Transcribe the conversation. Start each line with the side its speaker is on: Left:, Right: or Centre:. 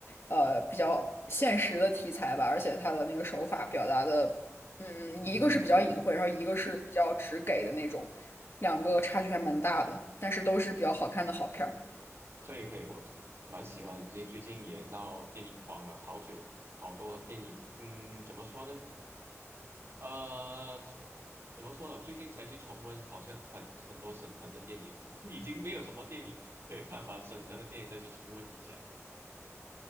Left: 呃比较现实的题材吧，而且他的那个手法表达的，嗯，
Right: 嗯嗯嗯嗯，
Left: 一个是比较隐晦，然后一个是比较直给的那种，两个差距还蛮大的，但是都是比较好看的好片儿。
Right: 可以可以，我蛮喜欢，这最近也闹电影荒了，好久好多电影，嗯，怎么说呢？呃，怎么说呢？我最近才去重温，好像很很多沈腾的电影，<laughs> 已经没有什么电影可以看，把沈腾的电影再去重温一下，